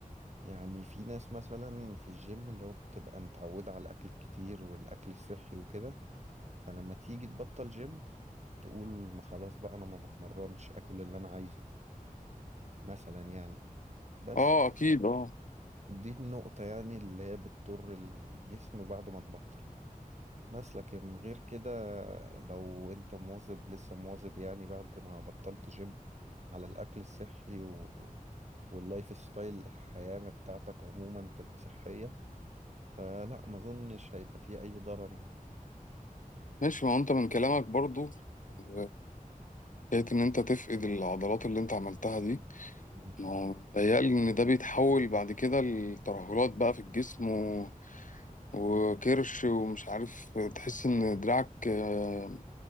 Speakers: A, on the right; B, on the left.
A: يعني في ناس مثلا في الجيم اللي هو بتبقى متعودة على الأكل الكتير والأكل الصحي وكده فلما تيجي تبطل جيم تقول ما خلاص بقى أنا ما بتمرنش أكل اللي أنا عايزه مثلا يعني بس
B: اه اكيد اه
A: دي النقطة يعني اللي هي بتضر الجسم بعد ما تبطل بس لكن غير كده لو انت مواظب لسه مواظب يعني بعد ما بطلت جيم على الأكل الصحي و... واللايف ستايل الحياة بتاعتك عموما تبقى صحية فلا ما اظنش هيبقى فيه اي ضرر يعني
B: ماشي ما هو انت من كلامك برضو آه، حكاية ان انت تفقد العضلات اللي انت عملتها دي
A: مم.
B: ما هو متهيألي ان ده بيتحول بعد كده لترهلات بقى في الجسم و... وكرش ومش عارف تحس ان دراعك آه،